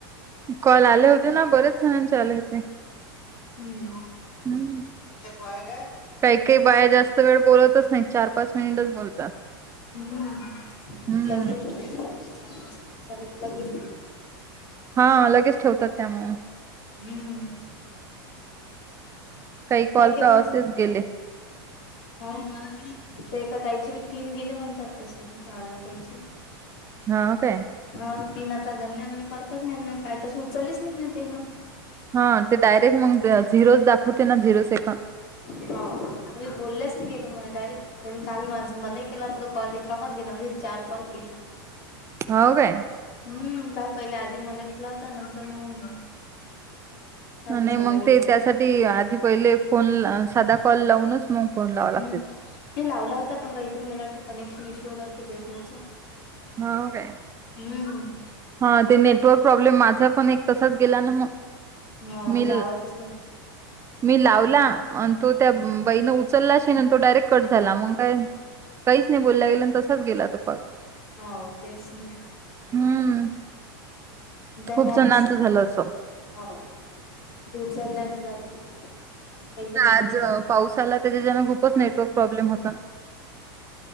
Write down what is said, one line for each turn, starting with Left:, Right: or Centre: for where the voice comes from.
Right: कॉल आले होते ना, बरेच जणांचे आले होते.
Left: <unintelligible>
Right: हम्म काही काही बाया जास्त वेळ बोलतच नाही, चार पाच मिनिटच बोलतात.
Left: हम्म
Right: हम्म
Left: लवकर <unintelligible> लगेच.
Right: हां, लगेच ठेवतात त्यामुळं.
Left: हम्म.
Right: काही कॉल
Left: काय कै
Right: तर
Left: बन.
Right: असेच <inaudible>
Left: हो ना. ते एका ताईचे बी तीन गेले म्हणतात तसे आढाव ताईचे.
Right: हं काय.
Left: हो तीन अं.. गन्यामध्ये करतच नाही म्हणे, काय तसे उचलेच नाही म्हणे तिनं.
Right: हा ते डायरेक्ट मग, झिरोच दाखवते ना झिरो सेकंद.
Left: हाव. मी बोललेच नाहीये तुम्हाला डायरेक्ट पण काल माझ मलाही केला तुला कॉल रिकामाच गेला म्हणजे चार कॉल गेले.
Right: हौव काय.
Left: हम्म चाल, पहिले आधी मला केला होता, नंतर मग. खाली
Right: आणि
Left: चालला
Right: मग
Left: गेला
Right: ते त्यासाठी आधी पहिले फोन साधा कॉल लावूनच मग. फोन लावा लागते
Left: हम्म नाही लावला होता पण काहीतरी मला वाटतं कनेक्शन इश्यू होता वाटत त्याच्यावरचा.
Right: हो का?
Left: हम्म.
Right: हा ते, नेटवर्क प्रॉब्लेम माझं पण एक तसाच गेला ना मग.
Left: हा म्हणजे
Right: मी
Left: आवाजच न
Right: मी लावला आणि तो त्या बाईनं उचलला, शे तो डायरेक्ट कट झाला मग काय. काहीच नाही बोलला गेलं आणि तसाच गेला तो पाग.
Left: हो तेच ना?
Right: हम्म
Left: त्यांनी
Right: खूप
Left: आधीच,
Right: जणांचं झालं असं
Left: हो दूर झाल्याने जात. काहीतरी
Right: आज
Left: कनेक्शन
Right: पावसा आला त्याच्याच्यान खूपच नेटवर्क प्रॉब्लेम होत